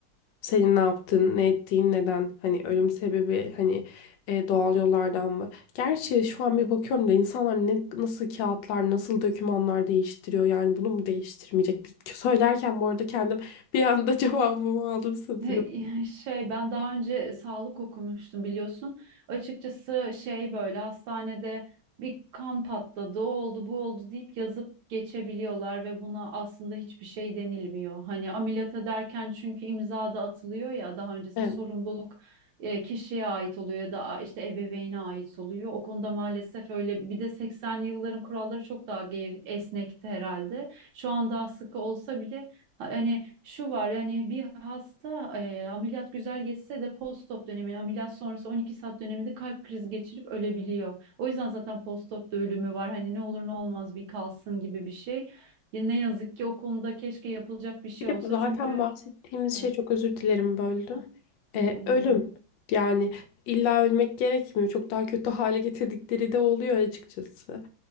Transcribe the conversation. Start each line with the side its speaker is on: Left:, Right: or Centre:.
Left: Senin ne yaptın, ne ettiğin, neden? Hani ölüm sebebi hani e, doğal yollardan mı? Gerçi şu an bir bakıyorum da insanlar ne, nasıl kağıtlar, nasıl dokümanlar değiştiriyor. Yani bunu mu değiştirmeyecek? Bir, söylerken bu arada kendim bir anda <laughs> cevabımı aldım sanırım.
Right: He- Şey ben daha önce sağlık okumuştum biliyorsun. Açıkçası şey böyle hastanede bir kan patladı, o oldu, bu oldu deyip yazıp geçebiliyorlar ve buna aslında hiçbir şey denilmiyor. Hani ameliyat ederken çünkü imza da atılıyor ya daha öncesi
Left: Evet.
Right: sorumluluk e, kişiye ait oluyor ya da a- işte ebeveyne ait oluyor. O konuda maalesef öyle bir bir de 80'li yılların kuralları çok daha gev- esnekti herhalde. Şu an daha sıkı olsa bile ha- hani şu var yani bir hasta e, ameliyat güzel geçse de post-op dönemini ameliyat sonrası 12 saat döneminde kalp krizi geçirip ölebiliyor. O yüzden zaten post-op da ölümü var. Hani ne olur ne olmaz bir kalsın gibi bir şey. Ya ne yazık ki o konuda keşke yapılacak bir şey
Left: Bir de
Right: olsa
Left: bu zaten
Right: çünkü
Left: bahsettiğimiz
Right: e,
Left: şey çok özür dilerim böldüm.
Right: hah, yo,
Left: Ee,
Right: önemli.
Left: ölüm. Yani illa ölmek gerekmiyor. Çok daha kötü hale getirdikleri de oluyor açıkçası.